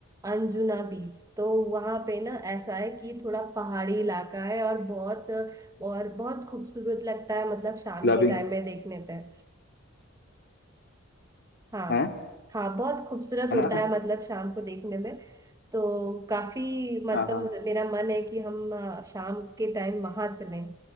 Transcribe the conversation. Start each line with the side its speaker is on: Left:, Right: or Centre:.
Right: अंजुना बीच तो वहाँ पे ना ऐसा है कि थोड़ा पहाड़ी इलाका है और बहुत अ, और बहुत खूबसूरत लगता है मतलब शाम
Left: क्लबिंग
Right: के टाइम में देखने पे हाँ
Left: है है
Right: हाँ बहुत खूबसूरत
Left: ना
Right: होता है मतलब शाम को देखने में तो काफी मतलब
Left: हाँ हाँ
Right: मुझे- मेरा मन है कि हम अ, शाम के टाइम वहां चलें